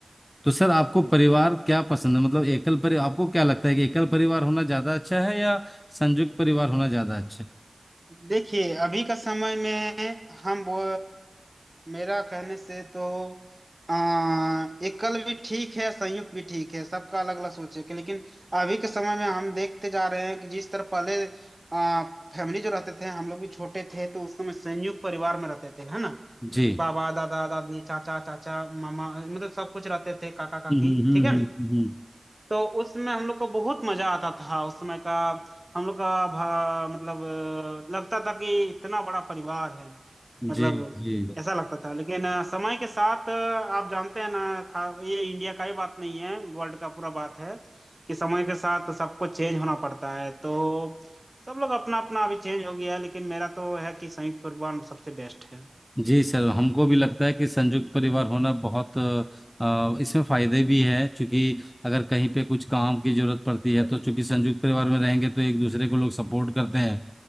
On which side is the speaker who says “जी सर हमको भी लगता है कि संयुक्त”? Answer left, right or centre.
Left